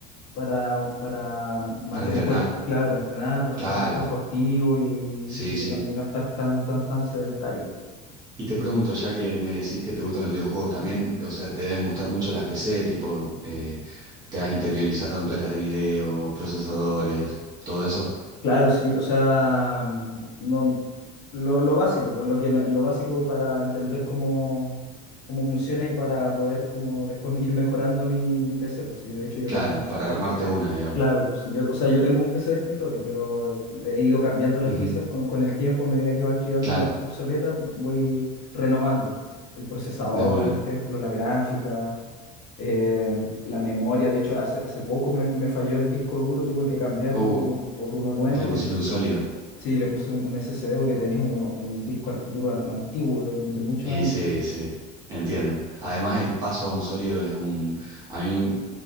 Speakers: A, on the left; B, on the right.
A: para, para mantener
B: Para entrenar.
A: el cuerpo, claro, para entrenar, para mantener
B: Claro,
A: el cuerpo activo y,
B: sí,
A: y
B: sí.
A: no, y no estar tan, tan, tan sedentario.
B: Y te pregunto, ya que me decís que te gustan los videojuegos, también, o sea, te deben gustar mucho las PC, tipo, eh, te has interiorizado en placas de video, procesadores, todo eso.
A: Claro, sí, o sea, mm, no, lo, lo básico, por lo que, ne- lo básico para entender cómo, cómo funciona y para poder como después ir mejorando mi, mi PC, pues sí, de hecho yo
B: Claro,
A: tengo, un,
B: para armarte una, digamos.
A: Claro, pues, si yo, o sea, yo tengo un PC de escritorio, pero he ido cambiando las
B: Ujú,
A: piezas con, con el tiempo, a medida que van quedando
B: Claro,
A: obsoletas, voy renovando el procesador,
B: de una.
A: por ejemplo, la gráfica, eh, la memoria. De hecho, hace, hace poco me, me falló el disco duro, tuve que cambiarlo
B: Uh,
A: por, un- por uno nuevo.
B: y le pusiste un sólido.
A: Sí, le puse un, un SSD porque tenía uno, un disco an- duro an- antiguo de, de muchos
B: Y
A: años.
B: sí,
A: ¿no?
B: sí, entiendo. Además, el paso a un sólido es un... A mí,